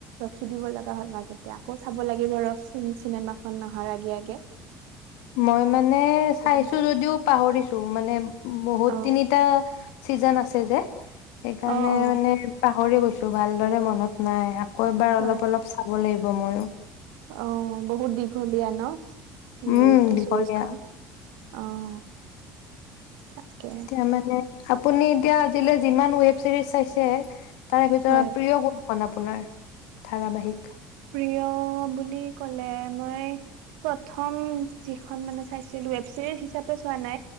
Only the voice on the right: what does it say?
খি দিব লগা হ'ল মাজতে। আকৌ চাব লাগিব ৰ চিন-চিনেমাখন অহাৰ আগে-আগে।
দিম
অ
অ অ
হয়
অ', বহুত দীঘলীয়া ন? সে
হেৰিটো
চিৰিজখন। অ'। তাকে
হয়
প্ৰিয় বুলি ক'লে মই প্ৰথম যিখন মানে চাইছিলো ৱেব চিৰিজ হিচাপে চোৱা না